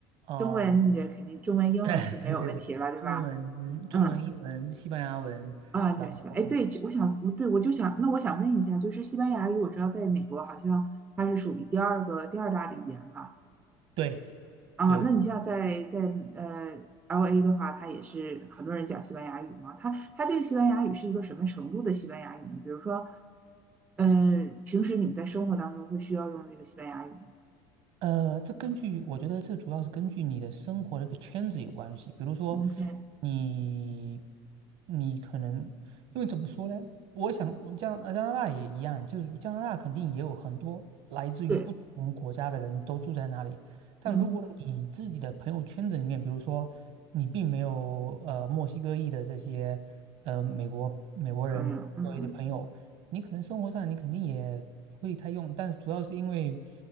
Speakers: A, on the right; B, on the right.
A: 嗯，
B: 中文你这肯定中文、英文是没有问题了，
A: <laughs> 哎对对对，
B: 对吧？
A: 中文、中文、
B: 嗯
A: 英文、西班牙文，
B: 啊，
A: 然后
B: 讲西班牙。哎，对，我想，我对我就想，那我想问一下，就是西班牙语，我知道在美国好像它是属于第二个第二大的语言吧？
A: 对
B: 啊，
A: 对，
B: 那你像在在呃 LA 的话，它也是很多人讲西班牙语嘛。它它这个西班牙语是一个什么程度的西班牙语呢？比如说，呃，平时你们在生活当中会需要用这个西班牙语吗
A: 呃，这根据我觉得这主要是根据你的生活的一个圈子有关系。比如说
B: ？OK，
A: 你，你可能因为怎么说呢？我想加呃加拿大也一样，就是加拿大肯定也有很多来自于不同国家的人都住在那里。
B: 对，
A: 但如果你自己的朋友圈子里面，
B: 嗯，
A: 比如说你并没有呃墨西哥裔的这些呃美国美国人作为的朋友，
B: 朋友，嗯
A: 你可能生活上你肯定也不会太用，但主要是因为，